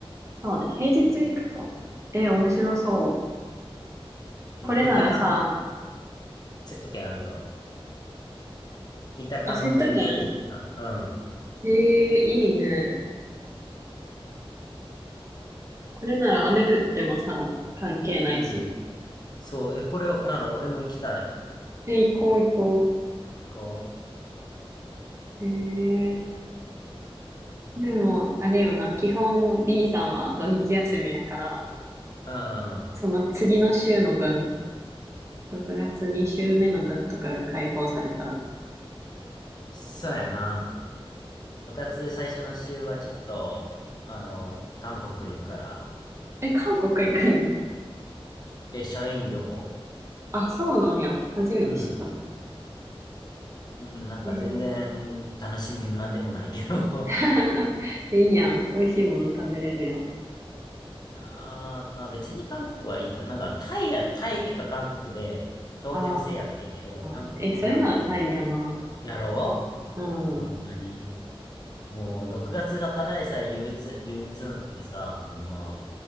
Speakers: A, on the right; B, on the left.
A: そうね、平日行くか。え、面白そう。
B: うん、
A: これならさ、
B: 三鷹の
A: ん
B: セット券あるぞ。三鷹の森の美術館。
A: あ、セット券
B: うん。
A: えー、いいね。これなら雨降ってもさ、関係ないし。
B: うん。そう、え、これ、なら俺も行きたい。
A: え、行こう行こ
B: 行こ
A: う。へえーでも、あれよな、基本 B さんは土日休みやから、
B: う。うんうんうん。
A: その次の週の分、6月2週目の分とかが解放されたら、
B: そうやな。部活最初の週はちょっと、あの、韓国行くから、
A: え、韓国行くん
B: え、社員旅行。
A: あ、そうなんや。初めて知った。
B: うん。うん、なんか全然楽しみなんでもないけど。
A: えー
B: <laughs>
A: <laughs> いいやん。美味しいもの食べれるやん。
B: いやーまあ別に韓国はいいか。なんかタイや、タイか韓国で投票制やってんけど、
A: あ
B: 韓国になって、
A: ー、え、それならタイやな。
B: やろう
A: うん。
B: ほんまに。もう6月がつがただでさえ憂鬱、憂鬱なんでさ、ほんま。